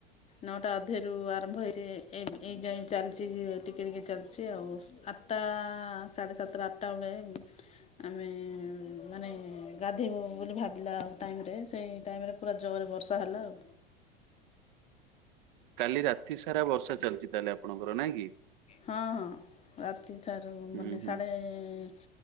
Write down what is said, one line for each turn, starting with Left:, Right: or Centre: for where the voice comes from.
Left: ନଅଟା ଅଧରୁ ଆରମ୍ଭ ହୋଇଚି ଏ ଏଇ ଯାଏଁ ଚାଲିଚି ଟିକିଏ ଟିକିଏ ଚାଲିଚି ଆଉ। ଆଠଟା ସାଢ଼େ ସାତଟା ଆଠଟା ବେଳେ ଆମେ ମାନେ ଗାଧେଇବୁ ବୋଲି ଭାବିଲାଳୁ ଟାଇମ୍ ରେ ସେଇ ଟାଇମ୍ ରେ ପୁରା ଜୋରରେ ବର୍ଷା ହେଲା ଆଉ।
Right: ଲି ରାତି ସାରା ବର୍ଷା ଚାଲିଚି ତାହେଲେ ଆପଣଙ୍କର ନା କି?
Left: ହଁ ହଁ ରାତିଠାରୁ
Right: ହୁଁ
Left: ମାନେ
Right: ହୁଁ
Left: ସାଢ଼େ